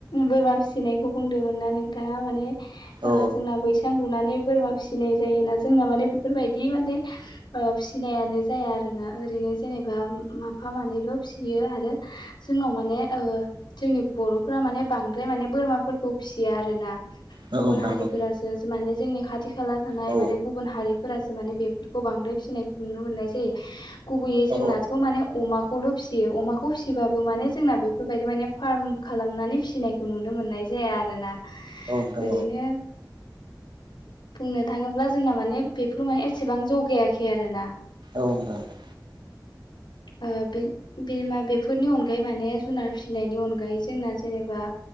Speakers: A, on the left (about 85°); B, on the right (about 75°).
A: बोरमा फिसिनायखौ बुंदोंमोन ना नोंथाङा माने
B: औ
A: जोंना बैसां लुनानै बोरमा फिसिनाय जायोना जोंना माने बेफोरबायदि माने फिसिनायानो जाया आरोना ओरैनो जेनेबा मा एफा मानैल' फिसियो आरो जोंनाव माने जोंनि बर'फोरा माने बांद्राय माने बोरमाफोरखौ फिसियो आरोना
B: नोंथां
A: गुबुन हारिफोरासो माने जोंनि खा थि खाला थानाय
B: औ
A: माने गुबुन हारिफोरासो माने बेफोरखौ बांद्राय फिसिनायखौ नुनो मोननाय जायो गुबैयै
B: औ
A: जोंनाथ' माने अमाखौल' फिसियो अमाखौ फिसिबाबो माने जोंना बेफोरबायदि माने फार्म खालामनानै फिसिनायखौ नुनो मो नाय जाया आरोना
B: औ नोंथां
A: ओरैनो बुंनो थाङोब्ला जोंना माने बेफोराव माने एसेबां जौगायाखै आरोना
B: औ नोंथां
A: आ बे बिमा बे बेफोरनि अनगायै माने जुनार फिसिनायनि अनगायै जोंना जेनेबा